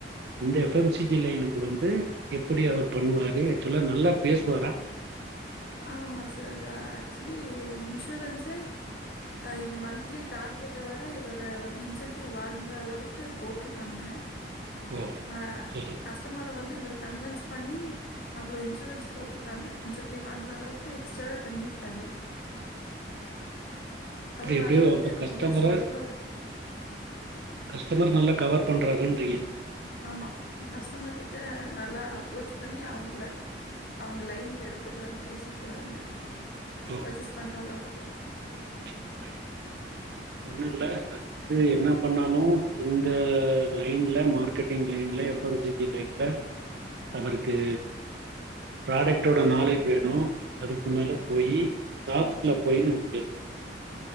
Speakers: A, on the right; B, on the left.
A: இந்த எப்எம்சிஜி லைனுக்கு வந்து எப்படி அவர் பண்ணுவாரு ஆக்சுவலா நல்லா பேசுவாரா
B: ஆ ஆமா சார் ஆக்சுவலி இன்சூரன்ஸ்இந்த மந்த்லி டார்கெட்ட விட இவ வந்து இன்சன்டிவ் வாங்குற அளவுக்கு இது போட்டிருக்காங்க
A: ஓ
B: அஹ
A: சரி
B: கஷ்டமர் வந்து இவர் கன்வஸ் பண்ணி அவ்வளவு இன்சூரன்ஸ் போட்ருக்காங்க இன்சென்டிவ்வு வாங்கற அளவுக்கு எக்ஸ்ட்ரா பண்ணிருக்காரு அதனால
A: எப்படியோ
B: வந்து
A: கஸ்டமர
B: நீங்க சொல்ற
A: கஸ்டமர் நல்லா கவர் பண்றார்ருங்கிக ஏன்
B: ஆமா கஸ்டமர் கிட்ட நல்லா அப்ரோச் பண்ணி அவங்கள அவங்க லைனுக்கு எடுத்துட்டு வந்து பேசிக்குவாங்க
A: ஓ
B: பர்ச்சேஸ் பண்ற அளவுக்கு
A: சரி ரைட் ஒண்ணு இல்ல அது எது என்ன பண்ணாலும் இந்த லைன்ல மார்க்கெட்டிங் லைன்ல எப்ப லைன்ல அவருக்கு ப்ராடக்ட் நாலேஜ் வேணும் அதுக்கு மேல போய் சாஸ்ல போயி நம பேசணும்